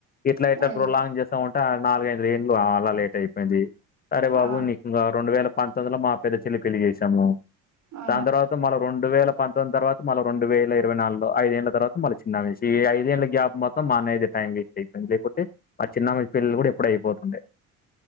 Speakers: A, on the left (about 30°); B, on the right (about 55°).
A: ఇట్లా ఇట్లా
B: అయ్యో
A: ప్రోలాంగ్ చేస్తా ఉంట నాలుగైదు ఏండ్లు అలా లేట్ అయిపోయింది అరే బాబు
B: ఆ
A: నీకు ఇంకో రెండు వేల పంచదిలో మా పెద్ద చెల్లి పెళ్ళి చేసాము
B: ఆ
A: దాని తర్వాత మరో రెండు వేల పంతొమ్మిది తర్వాత మరో రెండు వేల ఇరవై నాలుగులో ఐదేళ్ళ తర్వాత మళ్ళ చిన్న వయసు ఈ ఐదేళ్ళ గ్యాప్ మాత్రం మా అన్నయ్య దే టైం బెట్టి లేపోతే మా చిన్న ఆమె పెళ్లి కూడా ఎప్పుడో అయిపోతుండే